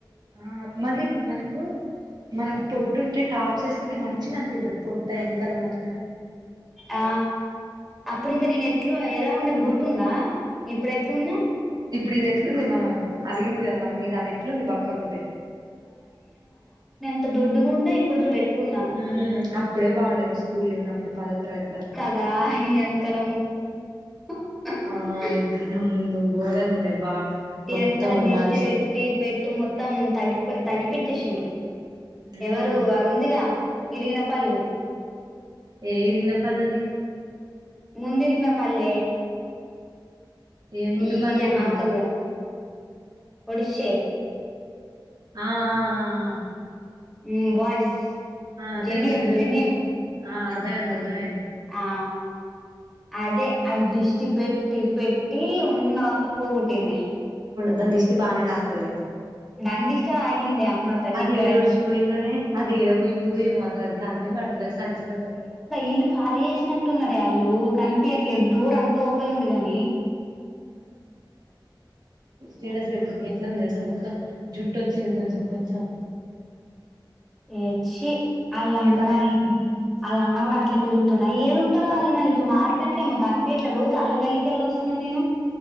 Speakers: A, on the right; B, in the centre.
A: ఆ మళ్ళీ మనకు మనకు పొట్టుంటే టాప్స్ వేసుకుంటే మంచిగా అనిపిత్తది పొట్ట వెనకాల మంచ్
B: ఆ అప్పుడు ఇంకా నేను ఎట్లు ఎలా ఉండే గుర్తుందా. ఇప్పుడు ఎట్లున్నా
A: ఇప్పుడు ఇది ఎట్లుంది మనం అలిగింది కదా మన మీదా ఆమె ఎట్లుంది బక్కగా ఉంటే.
B: త్ దుడ్డు గుండయ్ ఇప్పుడు చూడు ఎట్లున్నా
A: మ్మ్ అప్పుడే బాగుండే నువ్వు స్కూల్లో ఉన్నప్పుడు పదో తరగతిల
B: కదా వెనుకల్ <unintelligible>
A: ఆ వెనకాల ముందు ఘోరంగా ఉండే బా మొత్తం
B: వెనకాల దిష్టి
A: మనిషి
B: పెట్టి పెట్ ట్టి మొత్తం తగ్గిపో తగ్గిపించేసిండ్రు
A: మ్మ్
B: ఎవరు అది ఉందిగా. ఇరికిిన పళ్ళుది
A: యే ఇరిగిన పళ్ళుదిస్
B: ముందుఇరిగిన పళ్లే
A: ఏ ముందు
B: ఈ
A: పళ్ళు
B: అన్
A: ఇరిగిందే
B: నవ్వుతదిగా ఒడిసే
A: ఆ ఆ ఆ ఆ
B: ఉమ్ బాయ్స్
A: ఆ
B: జెన్యూన్
A: తెలుసు తెలుసు
B: జెన్యూన్
A: ఆ అర్థమైంది అర్థమైంది
B: ఆ అదే అది దృష్టి పెట్టి పెట్ టట్టి ఉన్నా అంత పోగొట్టింది.
A: దాన్ని దిష్టి తాకుతది
B: దాని దిస్టే ఆకింద అమ్మ తల్లి
A: అది
B: ఇక్కడే
A: ఏడుడిచిపోయిందోనే అది ఏడపోయిందో ఏమో అసలు అది గన్నే పడతలేదు సచ్చిందో బతికి
B: ఇల్లు ఖాళీ చేసినట్టు ఉన్నారే వాళ్ళు కనిపియట్లేదు
A: ఆ
B: డోర్ అంత ఓపెన్ ఉంది గాని
A: జడ అసలు ఎట్లుంది ఎట్లుంది తెలుసా మొత్తం జుట్టుచ్చింది కొంచెం కొంచెం
B: ఏ చీ అలా
A: ఏమలే
B: అన్నాయికి అలా అన్న కూడా అట్లా తిరుగుతుండాయి ఏడుంటారో వాళ్ళ మళ్లీ ఇప్పుడు మారిపోయుంటారు ఏమో కనిపియట్లేదు చాలా గల్లికెళ వస్తు అనే నేను